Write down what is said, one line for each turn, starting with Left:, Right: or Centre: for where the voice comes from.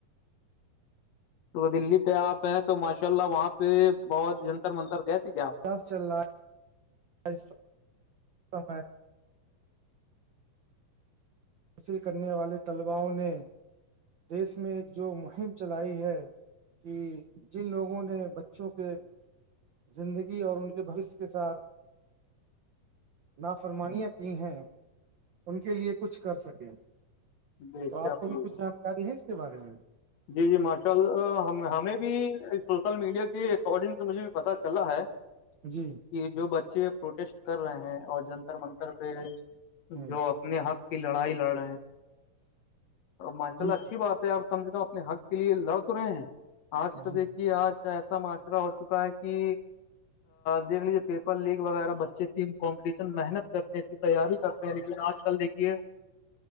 Left: تو وہ دلی پہ آپ ہیں تو ماشاء اللہ وہاں پہ بہت جنتر منتر گئے تھے کیا آپ
Right: دس چلہ سے حاصل کرنے والے طلباؤوں نے دیش میں ایک جو مہم چلائی ہے کہ جن لوگوں نے بچوں کے زندگی اور ان کے بھوشیہ کے ساتھ نافرمانیاں کی ہیں ان کے لیے کچھ کر سکیں
Left: بے
Right: تو آپ
Left: شک
Right: کو بھی
Left: بے
Right: کچھ
Left: شک
Right: جانکاری ہے اس کے بارے میں
Left: جی جی ماشاء اللہ ہمیں بھی سوشل میڈیا کے اکارڈنگ سے مجھے بھی پتا چلا ہے
Right: جی
Left: کہ جو بچے پروٹیسٹ کر رہے ہیں اور جنتر منتر پہ
Right: ہ
Left: جو اپنے حق کی لڑائی لڑ رہے ہیں ماشاء
Right: جی
Left: اللہ اچھی بات ہے اپ کم سے کم اپنے حق کے لیے لڑ تو رہے ہیں آج کا
Right: جی
Left: دیکھیے آج کا ایسا معاشرہ ہو چکا ہے کہ دیکھ لیجیے پیپر لیگ وغیرہ بچے تھی کمپٹیشن محنت کرتے تھی تیاری کرتے ہیں لیکن آج کل دیکھیے